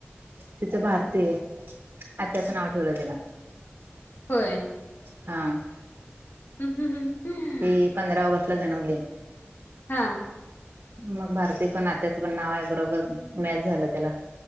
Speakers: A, on the right; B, on the left.
A: तिचं भारती आत्याचं नाव ठेवलंय तिला.
B: होय.
A: हां.
B: हम् हम्
A: ती पंधरा ऑगस्ट ला जन्मली.
B: हां.
A: मग भारती पण आत्याच पण नाव आहे बरोबर मॅच झालं त्याला,